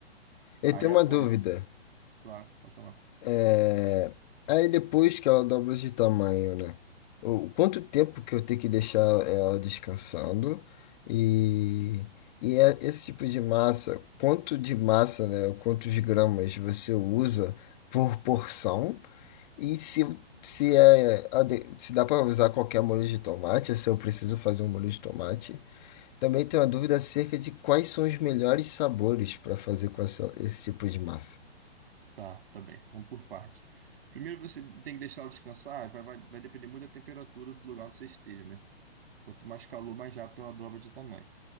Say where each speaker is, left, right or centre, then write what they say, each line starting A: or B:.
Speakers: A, on the left; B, on the right.
A: Eu
B: Aí
A: tenho
B: após.
A: uma dúvida.
B: Claro, pode falar.
A: É... Aí depois que ela dobra de tamanho, né? O quanto tempo que eu tenho que deixar ela descansando? E, e é esse tipo de massa, quanto de massa, né? Quantos gramas você usa por porção? E se, se, é, ade- se dá para usar qualquer molho de tomate, ou se eu preciso fazer um molho de tomate. Também tenho uma dúvida acerca de quais são os melhores sabores para fazer com essa- esse tipo de massa.
B: Tá, tá bem. Vamos por parte. Primeiro você tem que deixar ela descansar, vai, vai, vai depender muito da temperatura do lugar onde você esteja, né? Quanto mais calor, mais rápido ela dobra de tamanho.